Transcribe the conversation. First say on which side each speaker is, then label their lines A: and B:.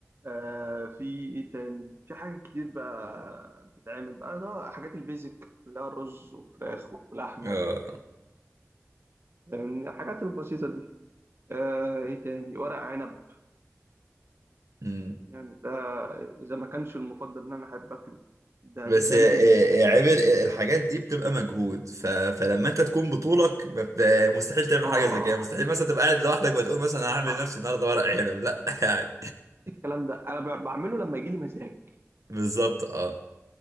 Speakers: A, on the right; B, on the right.
A: آه في ايه تاني في حاجات كتير بقى بتتعمل بقى ده حاجات البيزك اللي هو الرز وفراخ ولحمه
B: اه
A: و... يعني الحاجات البسيطه دي آه ايه تاني ورق عنب
B: أمم.
A: يعني ده اذا ما كانش المفضل ان انا احب اكله ده
B: بس
A: ده, ده
B: آه،
A: لازم يتاكل
B: آه، عيب ال- الحاجات دي بتبقى مجهود ف... فلما انت تكون بطولك ما بت... مستحيل تعمل
A: اه
B: حاجة زي كده مستحيل مثلا تبقى قاعد لوحدك ما تقول مثلا أنا هعمل
A: صح
B: لنفسي النهارده ورق عنب لا <laughs> يعني
A: الكلام ده انا ب- بعمله لما يجي لي مزاج
B: بالظبط اه